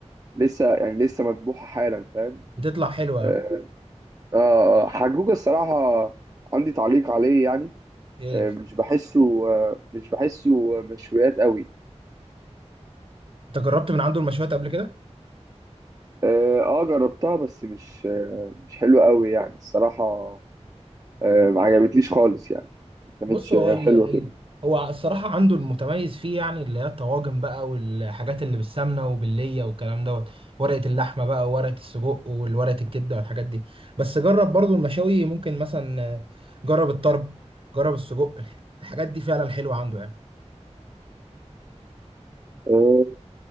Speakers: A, on the right; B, on the right.
A: لسه يعني لسه مذبوحة حالا فاهم
B: بتطلع حلوة
A: آه
B: ها؟
A: آه، حجوجة الصراحة عندي تعليق عليه يعني
B: ايه
A: آه مش بحسه آه مش بحسه مشويات قوي
B: انت جربت من عنده المشويات قبل كده
A: اه آه، جربتها بس مش آه مش حلوة قوي يعني الصراحة آه ما عجبتليش خالص يعني ما كانتش
B: بص هو
A: آه،
B: ال...
A: حلوة
B: ال...
A: كده
B: هو الصراحة عنده المتميز فيه يعني اللي هي الطواجن بقى والحاجات اللي بالسمنة وباللية والكلام دوت ورقة اللحمة بقى وورقة السجق والورقة الكبدة والحاجات دي بس جرب برضو المشاوي ممكن مثلا جرب الطرب جرب السجق الحاجات دي فعلا حلوة عنده يعني
A: آه